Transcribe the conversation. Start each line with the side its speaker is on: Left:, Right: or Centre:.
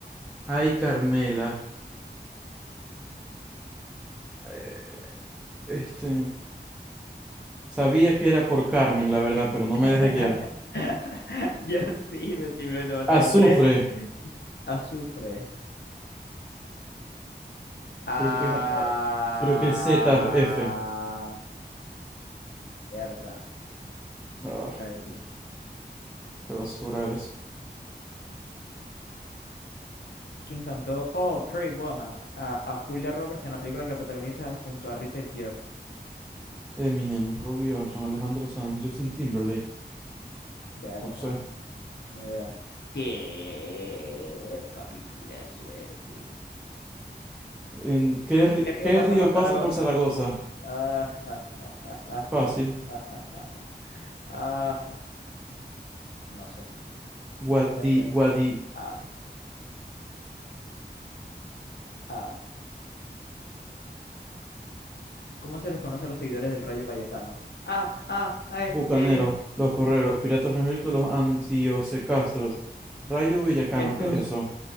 Centre: Ay Carmela. Eh, Este, sabía que era por Carmen, la verdad, pero
Left: <laughs>
Centre: no me dejé guiar.
Left: Yo sí, me simplemente marcarme.
Centre: Azufre.
Left: ¿Cuál es el? Azufre. Ah,
Centre: Creo que es, a- a- creo que es Z F.
Left: cierta,
Centre: Ah,
Left: sí era ese.
Centre: qué basura eres.
Left: ¿Quién cantó? Oh, Pretty Woman, a, a Julia Roberts en la película que protagoniza junto a Richard Gere.
Centre: Eminem, Robbie Orson, Alejandro Sanz, Justin Timberlake.
Left: Berta,
Centre: No sé.
Left: ni idea. ¿Qué? Papi, pura suerte.
Centre: ¿En qué, ri-
Left: ¿Qué río
Centre: qué
Left: pasa
Centre: río
Left: por Zaragoza?
Centre: pasa por Zaragoza?
Left: Ah, ja, ja, ja, ja,
Centre: Fácil.
Left: ja, ja, ja, ja, ah, ja. no sé.
Centre: Guadi,
Left: Este.
Centre: Guadi,
Left: Ah, ah. ¿Cómo se les conoce a los seguidores del Rayo Vallecano? Ah, ah, ay,
Centre: Bucaneros,
Left: eh,
Centre: los porreros, piratas frijolitos, los antiosecastros. Rayo Bellacano,
Left: estos.
Centre: ¿qué es eso?